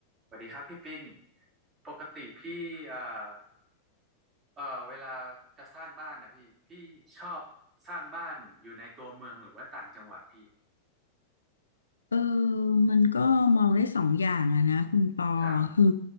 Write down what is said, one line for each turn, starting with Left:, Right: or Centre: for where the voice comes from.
Right: สวัสดีครับพี่ปิ้งปกติพี่เอ่อเอ่อเวลาจะสร้างบ้านนะพี่พี่ชอบสร้างบ้านอยู่ในตัวเมืองหรือว่าต่างจังหวัดพี่
Left: เออมันก็มองได้สองอย่างอะนะคุณปอคือ
Right: ครับ